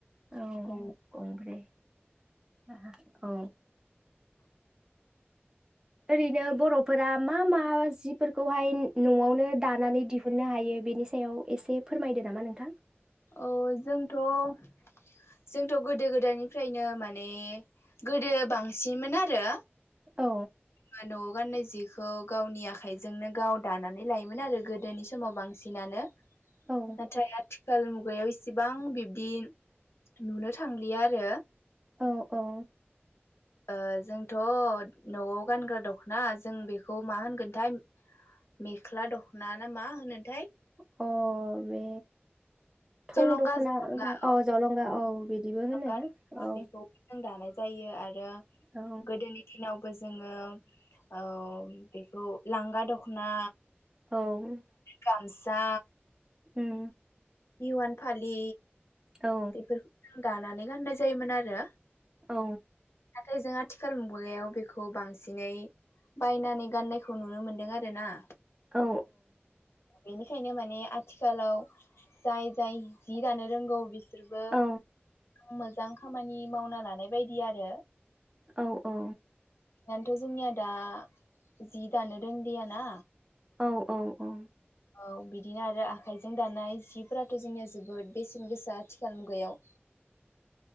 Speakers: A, on the right (about 15°); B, on the left (about 85°).
A: औ
B: गं
A: गंब्रै <inaudible> औ ओरैनो बरफोरा मा मा जिफोरखौहाय नआवनो दानानै दिहुननो हायो बेनि सायाव एसे फोरमायदो नामा नोंथां?
B: औ जोंथ-जोंथ गोदो गोदायनिफ्रायनो माने गोदो बांसिनमोन आरो
A: औ
B: बा नआव गाननाय जिखौ गावनि आखाइजोंनो गाव दानानै लायोमोन आरो गोदोनि समाव बांसिनानो
A: औ
B: नाथाय आथिखाल मुगायाव इ एसेबां बिब्दि नुनो थांलिया आरो
A: औ औ
B: ओ जोंथ' नआव गानग्रा दखना जों बेखौ मा होनगोनथाय मेख्ला दखना ना मा होनोथाय
A: अ बे थं
B: जलंगा
A: दखना
B: जलंगा
A: अ जलंगा औ बिदिबो
B: जलंगा
A: होनो औ
B: बेखौ जों दानाय जायो आरो
A: औ
B: गोदोनि दिनाव बो जोङो औ बेखौ लांगा दख'ना
A: औ
B: गामसा
A: उम
B: बिहुवान फालि
A: औ
B: बेफोरखौ दानानै गाननाय जायोमोन आरो।
A: औ
B: नाथाय जों आथिखाल मुगायाव बेखौ बांसिनै बायनानै गाननायखौ नुनो मोनदों आर ना।
A: औ
B: बेनिखायनो माने आथिखालाव जाय जाय जि दानो रोंगौ बिस सोरबा
A: औ
B: आं मोजां खामानि मावना लानाय बायदि आरो
A: औ औ
B: दाथ' जोंनिया दा जि दानो रोंदैया ना
A: औ औ औ
B: औ बिदिनो आरो आखाइजों दानाय जिफोराथ' जोंनिया जोबोद बेसेन गोसा आथिखाल मुगायाव।